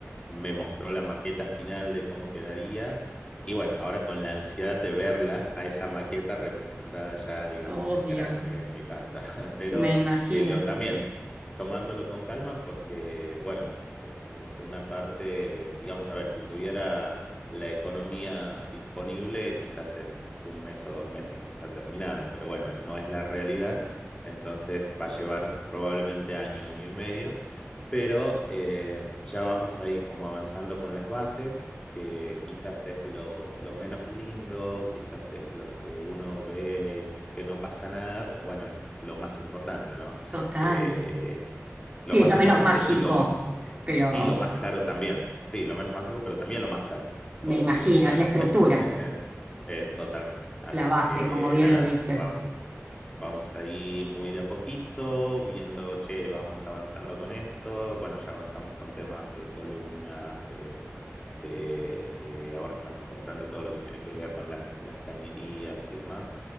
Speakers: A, on the left; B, on the right.
A: Me mostró la maqueta final de cómo quedaría. Y bueno, ahora con la ansiedad de verla, a esa maqueta representada ya, digamos,
B: obvio,
A: en grande en mi casa. <laughs> Pero
B: me imagino,
A: eh, lo también tomándolo con calma porque, bueno, eh, u- una parte, digamos, a ver, si tuviera la economía disponible, quizás en un mes o dos meses está terminado, pero bueno, no es la realidad, entonces va a llevar probablemente año, año y medio, pero eh, ya vamos ahí como avanzando con las bases. que quizás es lo, lo menos lindo, quizás es lo que uno ve que no pasa nada, pero bueno, es lo más importante, ¿no?
B: total.
A: eh, eh, lo
B: Sí,
A: más
B: es lo
A: importante
B: menos mágico,
A: y lo,
B: pero
A: y lo más caro también. Sí, lo menos mágico, pero también lo más caro,
B: me
A: porque
B: imagino,
A: nada,
B: es la estructura,
A: <laughs> eh, totalmente. Así
B: la base,
A: que
B: como bien
A: nada,
B: lo dice.
A: vamos, vamos ahí muy de a poquito, viendo, che, vamos avanzando con esto. Bueno, ya avanzamos con temas de columnas, de, de, de ahora estamos comprando todo lo que tiene que ver con las las cañerías y demás.